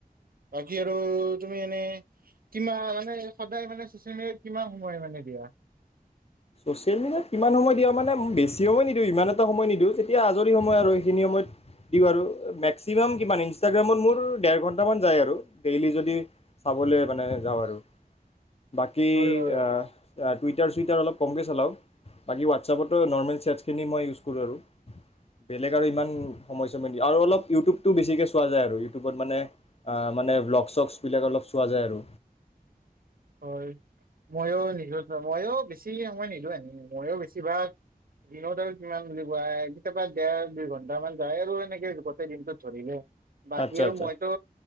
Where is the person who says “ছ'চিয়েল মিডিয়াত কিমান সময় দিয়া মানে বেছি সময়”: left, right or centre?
Left